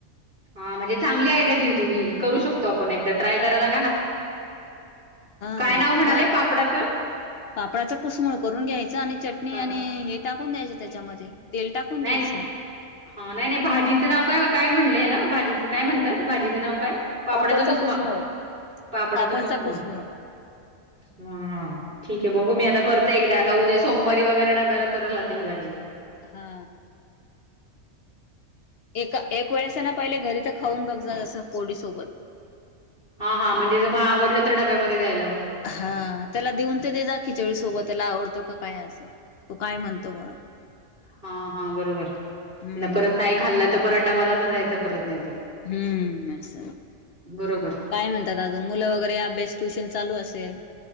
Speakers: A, on the right (about 45°); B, on the left (about 60°).
A: हा म्हणजे चांगली आयडिया दिली तुम्ही करू शकतो आपण एकदा ट्राय करायला ला
B: हा
A: नाव म्हणाले
B: भ
A: पापडाचं?
B: -पापळाच कुसमळ करून घ्यायच आणि चटणी
A: पापड
B: आणि हे टाकून द्यायच त्याच्यामध्ये तेल टाकून
A: नाही-
B: द्यायचं
A: हा नाही -नाही भाजीचं नाव काय? काय म्हणले याला भाजीचं काय म्हणतात भाजीचं नाव काय? पापडाचा
B: पापडचा
A: कुसमा
B: कुसमूळ
A: -पापडाचा
B: पापडचा
A: कुसमा
B: कुसमूळ
A: कुसमा.. ठीक आहे बघू मी आता करते एकदा आता उद्या सोमवारी वगैरे डाब्याला करल आता ही भाजी
B: हा.. एका -एक वेळेस ना पहिले घरी तर खाऊन बघ जा असस पोळी सोबत
A: हा -हा म्हणजे ज मग आवडलं तरडब्यामध्ये द्यायच
B: हा त्याला देऊन ते दे जा खिचडी सोबत त्याला आवडत तो का काय असं तो काय म्हणतो बरं
A: हा हा बरोबर
B: हम्म
A: न परत नाही खाल्ला तर परत डब्बा असच यायच परत नाही तर.
B: हम्म अस
A: बरोबर
B: काय म्हणतात अजून मुलं वगैरे अभ्यास ट्युशन चालू असत तन <inaudible>